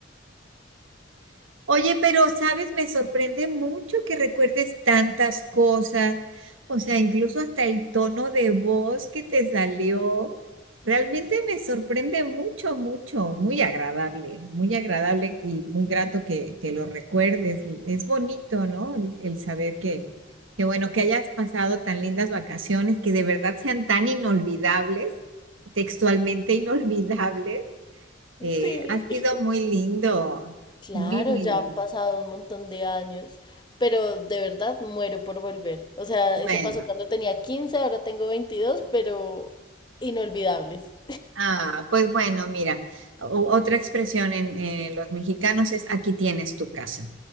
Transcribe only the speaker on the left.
Sí.
Claro,
ya
han pasado un montón de años, pero de verdad muero por volver. O sea,
eso pasó cuando tenía quince ahora tengo veintidós pero inolvidables.